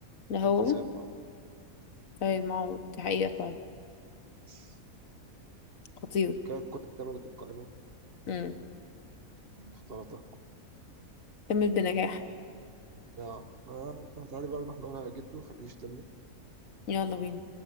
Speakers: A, on the left; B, on the right.
A: ده هو
B: كابتن سيد معاذ
A: سيد معوض دي حقيقة فعلا
B: بس
A: خطير
B: كانت كل تمرة القائمة
A: امم
B: المختلطة
A: كمل بنجاح
B: يا فتعالي بقى نروح نقولها لجده خليه يشتمنا
A: يلا بينا